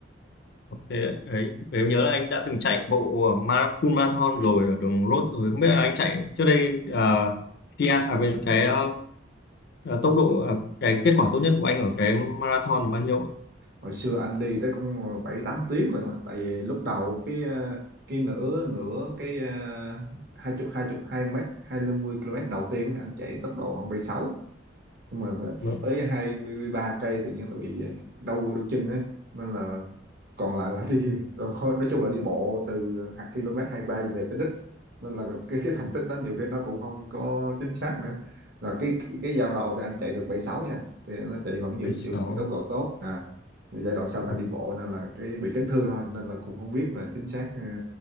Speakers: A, on the left; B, on the right.
A: Thế ấy, em nhớ là anh đã từng chạy bộ ờ, ma- full marathon rồi ở đường road rồi không biết là anh chạy trước đây à, khi à, à, bên cái à, tốc độ à, cái kết quả tốt nhất của anh ở cái marathon là bao nhiêu?
B: hồi xưa anh đi tới cũng bảy tám tiếng lần đó tại vì lúc đầu cái ờ, cái nửa nửa cái ờ, hai chục hai chục hai mét hai mươi km đầu tiên thì anh chạy tốc độ khoảng bảy sáu nhưng mà
A: Vâng,
B: tới 23 cây tự nhiên là bị đau đau chân ấy nên là còn lại là đi thôi nói chung là đi bộ từ hạt km hai mươi ba về tới đích nên là cái cái thành tích đó nhiều khi nó cũng không có chính xác nữa là cái cái, cái giao đầu thì anh chạy được bảy sáu nha thì nó chạy vẫn giữ
A: 76
B: giữ, giữ tốc độ tốt à Rồi giai đoạn sau thằng
A: Vâng,
B: đi bộ nên là cái bị chấn thương thôi nên là cũng không biết là chính xác ờ,